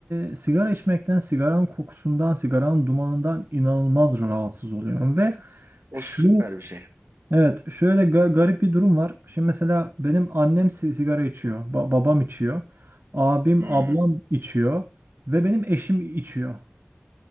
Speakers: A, on the right; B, on the right.
A: e, sigara içmekten, sigaranın kokusundan, sigaranın dumanından inanılmaz rahatsız oluyorum ve
B: O
A: şu
B: süper bir şey.
A: Evet, şöyle ga- garip bir durum var. Şimdi mesela benim annem si- sigara içiyor, ba- babam içiyor, abim,
B: Hmm,
A: ablam içiyor ve benim eşim içiyor